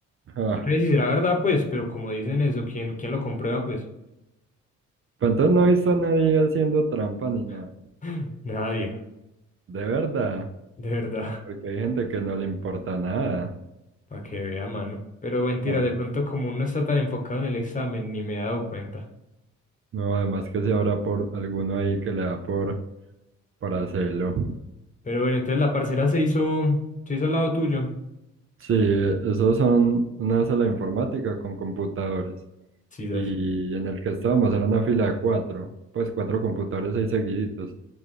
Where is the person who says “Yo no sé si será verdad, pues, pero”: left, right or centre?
Left